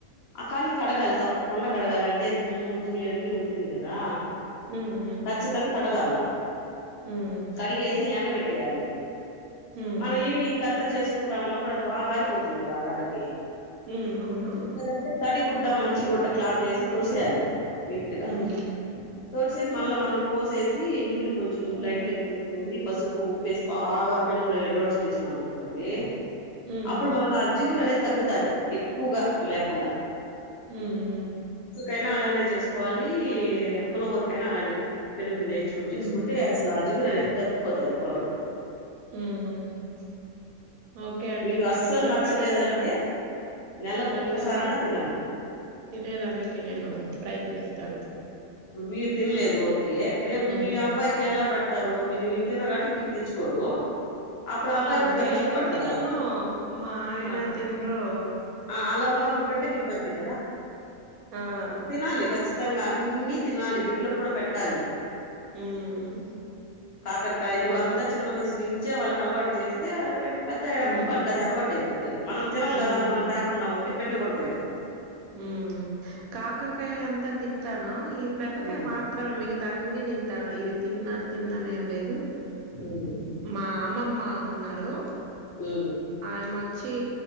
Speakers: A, on the left; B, on the right.
A: కానీ కడగాలి తప్పకుండా కడగాలి అంటే దుమ్ము ధూలి అన్ని ఉంటుంది కదా
B: హ్మ్. హ్మ్.
A: ఖచ్చితం కడగళ్ల
B: హ్మ్.
A: కడిగేసి ఎండ పెట్టేయాలి
B: హ్మ్.
A: మనం ఈవినింగ్ అంతా చేస్ కుంటాన్నప్పుడు అది బాగారిపోతుంది కాద ఆళ్లకి
B: హ్మ్. అవునవును.
A: లేదంటే తడి గుడ్ డ్డా మంచి గుడ్డ క్లాతేసి తుడిసేయలి నిట్ గా
B: హ్మ్.
A: తుడ్ సీ మళ్ళా మనం కోసేసి నూనె కొంచెం
B: హ్మ్.
A: లైట్గా పోసుకొని పసుప్ ఉప్పు ఉప్పేసి బాగా పెనంలో రోస్ట్ చేసినామనుకోండి
B: హ్మ్.
A: అపుడు మనకు ఆ జిగురనేది తగ్గుతాది ఎక్కువగా లేకుండా
B: మ్ మ్
A: లైనా అలానే చేసుకోవాలి పులగూరకైనా అలానే పెనం మీద ఎంచుకొని చేసుకుంటే
B: హ్మ్.
A: అసలాజిగురనేది తగ్గిపోతది కూరలో
B: ఉమ్ ఓకే అండి
A: మీకు అస్సలు
B: మీరు చెప్పారు
A: నచ్చలేదంటే
B: గదా
A: నెలకు
B: ఇంక
A: ఒక్కసారన్నా
B: మీదట
A: తినాలి
B: తినేదానికి నేను ప్రయత్నిస్తాను
A: ఇపుడు మీరు తినలేదు ఓకే రేపు
B: హ్మ్.
A: మీ అబ్బాయికెలా పేడ్తారు మీరివి తిండ్రు కావట్టి ఇంటికి తెచ్చుకోరు అప్పుడు అబ్బాయి
B: ఆ
A: కూడా దాన్ని
B: నేను
A: ఇష్టపడ్డు
B: తినను
A: కదా
B: మా ఆయన
A: ఆ
B: తిన్రు
A: ఆ అలా ఉన్నప్పుడు బిడ్డకి ఇబ్బంది గదా
B: ఆ!
A: తినాలి ఖచ్చి తంగా అన్ని తినాలి బిడ్ల కూడ పెట్టాలి
B: హ్మ్.
A: కాకరకాయలు
B: ఓక్
A: అంత చిన్న వయసు నించే వాళ్ళకలవాటు చేస్తే రేప్ పెద్దయ్యేటప్పటికి
B: హ్మ్.
A: వాళ్ళకది అలవాటైపో తది మనం తినం
B: హ్మ్.
A: గదాని మనం తేకుండా ఉంటే బిడ్లు కూడా తినరు
B: మ్మ్ కాకరకాయంత తింటాను ఈ బెండకాయ
A: ఉమ్
B: మాత్రమే మిగతాన్ని దింటాను ఇది తిన్ అది తిన్నని ఏం లేదు
A: ఉమ్
B: మా అమ్మమ్మ ఉన్నారు
A: ఉమ్
B: ఆయమోచ్చి